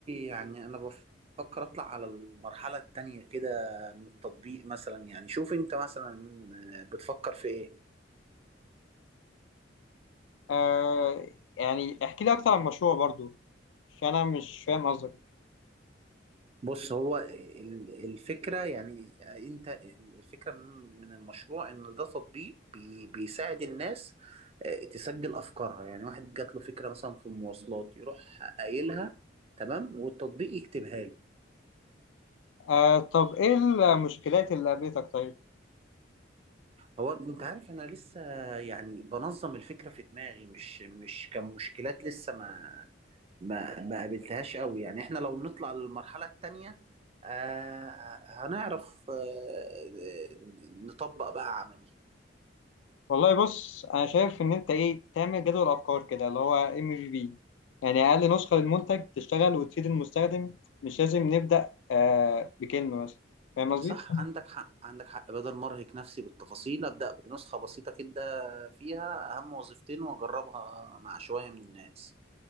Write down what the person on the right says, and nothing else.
يعني انا بفكر اطلع على المرحله التانية كده من التطبيق مثلا يعني شوف انت مثلا آه، بتفكر في ايه
بص هو ال- الفكره يعني آه، انت الفكره من من المشروع ان ده تطبيق بي- بيساعد الناس آه، تسجل افكارها يعني واحد جات له فكره مثلا في المواصلات يروح قايلها تمام والتطبيق يكتبها له
هو انت عارف انا لسه يعني بنظم الفكره في دماغي مش مش كمشكلات لسه ما ما ما قابلتهاش قوي يعني احنا لو نطلع للمرحله التانيه آه آه، هنعرف آه نطبق بقى عملي
صح عندك حق عندك حق بدل ما ارهق نفسي بالتفاصيل ابدا بنسخه بسيطه كده فيها اهم وظيفتين واجربها مع شويه من الناس